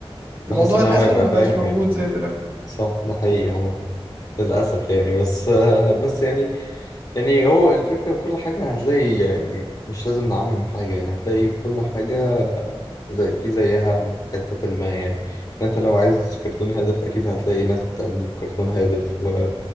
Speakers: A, on the left; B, on the right.
A: بحس
B: الموضوع
A: ان
B: للاسف
A: هو يبقى
B: ما
A: فاهم
B: بقاش موجود
A: يعني
B: زي دلوقتي
A: صح ده حقيقي يا عم للأسف يعني بس آه، بس يعني يعني هو الفكرة كل حاجة هتلاقي يعني مش لازم نعمم حاجة يعني هتلاقي كل حاجة زي في زيها في حتة ما يعني انت لو عايز كرتون هادف أكيد هتلاقي ناس بتقدم كرتون هادف و...